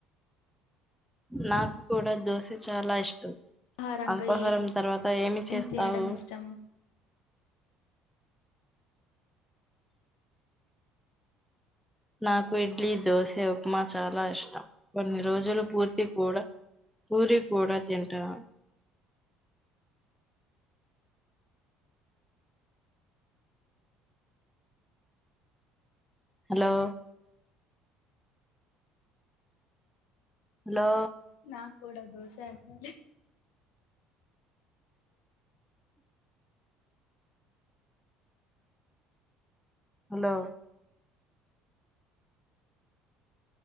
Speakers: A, in the centre; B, on the left.
A: నాకు కూడా దోసె చాలా ఇష్టం
B: ఆహారంగా
A: అల్పాహారం తర్వాత ఏమి
B: ఏం
A: చేస్తావు
B: తినడం ఇష్టం
A: నాకు ఇడ్లీ దోశ ఉప్మా చాలా ఇష్టం కొన్ని రోజులు పూర్తి కూడా పూరి కూడా తింటా హలో హలో
B: నాక్కూడ దోశ చా
A: హలో